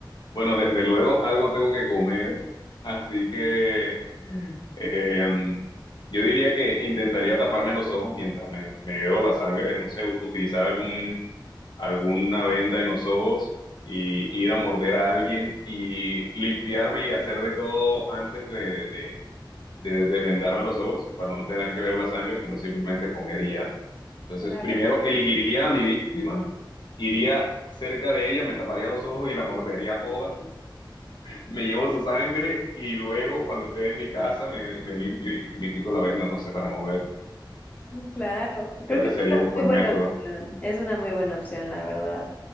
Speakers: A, on the left; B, on the left.
A: Bueno, desde luego algo tengo que comer, así que eh, yo diría que intentaría taparme los ojos mientras me, me veo la sangre, no sé, u- utilizar algún, alguna venda en los ojos y ir a morder a alguien y limpiarme y hacer de todo antes de, de, de desvendarme los ojos para no tener que ver la sangre, sino simplemente comer y ya. Entonces,
B: Claro,
A: primero elegiría a mi víctima, iría cerca de ella, me taparía los ojos y la mordería toda me llevo su sangre y luego cuando esté en mi casa me, me limpio y, y me quito la venda, no sé, para no ver.
B: claro.
A: Creo
B: Creo que
A: que
B: es
A: sería
B: una
A: un buen
B: muy buena
A: método.
B: opción. Es una muy buena opción, la verdad.